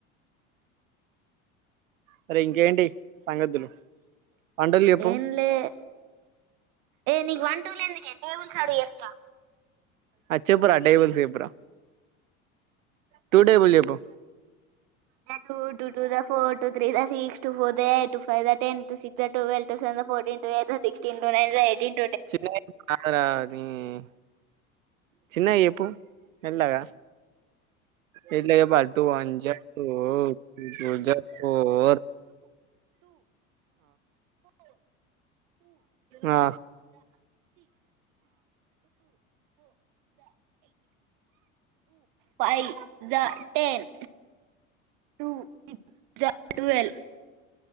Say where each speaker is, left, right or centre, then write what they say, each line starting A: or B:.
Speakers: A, on the right; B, on the right.
A: మరే ఇంకేంటి సంగతులు వంటలు చెప్పు
B: ఏం లే ఏ నీకు వన్ టూల్ ఎందుకే టేబుల్స్ అడుగు చెప్తా
A: అ చెపురా టేబుల్స్ చెపురా టు టేబుల్ చెప్పు
B: టు టూ జా ఫోర్, టూ త్రీ జా సిక్స్, టూ ఫోర్ జా ఎయిట్, టు ఫైవ్ జా టెన్, టు సిక్స్ జా టూవల్, టు సివన్ జా ఫోటీన్. టు ఎయిట్ జా సిక్స్టీన్ టు నైన్ జా ఎయిటీన్
A: చిన్ని కాదరా మ్ చిన్నగ చెప్పు మెళ్ళగా ఎట్ల చెప్పు టు వన్ జా టు పూజా ఫోర్ ఆ
B: పై జ టెన్ టు సిక్స్ జా టువల్వ్